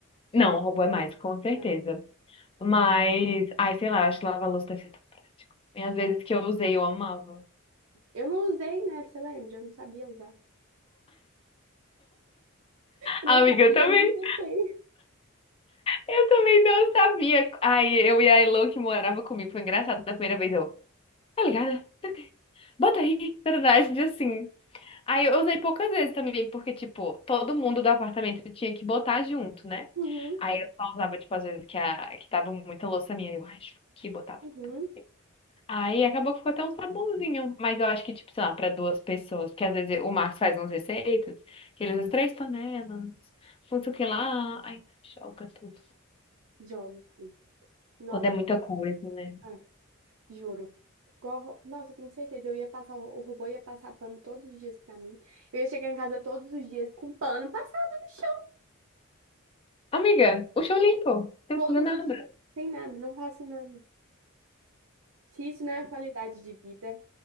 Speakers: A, on the left; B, on the right.
A: Não, o robô é mais, com certeza.
B: Ah,
A: Mas, ai, sei lá, eu acho que lava-louça deve ser tão prático. E às vezes que eu usei, eu amava.
B: Eu não usei, né? Você lembra? Eu não sabia usar. Eu
A: Amiga,
B: não sabia,
A: eu também,
B: eu não tentei. <laughs>
A: eu também não sabia. Ai, eu e a Elo que morava comigo, foi engraçado da primeira vez. Eu, tá ligada? Bota aí, verdade, assim. Aí eu usei poucas vezes também, porque, tipo, todo mundo do apartamento tinha que botar junto, né?
B: Uhum,
A: Aí eu só usava, tipo, às vezes que, a, que tava muita louça minha, eu acho que botava
B: uhum.
A: tudo. Aí acabou que ficou até um sabonzinho, mas eu acho que, tipo, sei lá, pra duas pessoas, porque às vezes o Marcos faz umas receitas, que ele usa três panelas, não sei o que lá, aí joga tudo.
B: Joga, assim. Nossa,
A: Quando é muita coisa, né?
B: ah, juro. Igual ro- Nossa, eu tenho certeza. Eu ia passar, o o robô ia passar pano todos os dias pra mim. Eu ia chegar em casa todos os dias com pano passado no chão.
A: Amiga, o chão limpo, não precisa
B: Todos
A: fazer nada.
B: os dias. Sem nada, não faço nada. Se isso não é qualidade de vida,